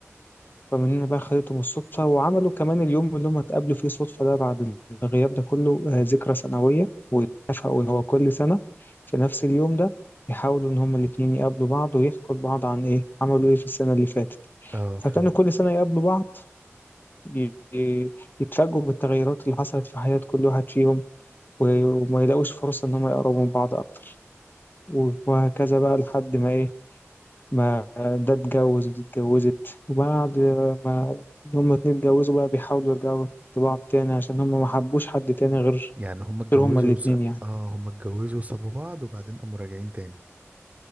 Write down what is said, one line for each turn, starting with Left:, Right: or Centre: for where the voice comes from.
Left: فمن هنا بقى خدتهم الصدفة وعملوا كمان اليوم اللي هم اتقابلوا فيه صدفة ده بعد الغياب ده كله آه، ذكرى سنوية واتفقوا إن هو كل سنة في نفس اليوم ده يحاولوا إن هما الاتنين يقابلوا بعض ويحكوا لبعض عن إيه عملوا إيه في السنة اللي فاتت
Right: اه
Left: فكانوا
Right: فهمت
Left: كل سنة يقابلوا بعض ي- ي- يتفاجئوا بالتغيرات اللي حصلت في حياة كل واحد فيهم و- وما يلاقوش فرصة إن هما يقربوا من بعض أكتر و- وهكذا بقى لحد ما إيه ما ده اتجوز ودي اتجوزت وبعد ما هما اتنين اتجوزوا بقى بيحاولوا يرجعوا لبعض تاني عشان هما ما حبوش حد تاني غير
Right: يعني هم اتجوزوا
Left: غير هما الاتنين
Right: س...
Left: يعني
Right: اه هم اتجوزوا وسابوا بعض وبعدين قاموا راجعين تاني